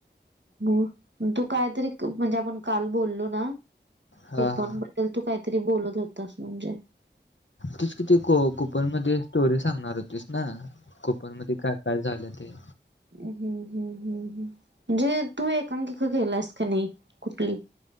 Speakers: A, on the right; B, on the left.
A: ह तू कायतरी म्हणजे आपण काल बोलो ना
B: हा
A: कूपण
B: हा
A: बद्दल तू काहीतरी बोलत होतस म्हणजे
B: तिच कि ती कुपन मध्ये एक स्टोरी सांगणार होती. स ना कुपणमध्ये काय काय झालं ते.
A: हम हम हम म्हणजे तू एकांकिक केलास काय नाही कुठली?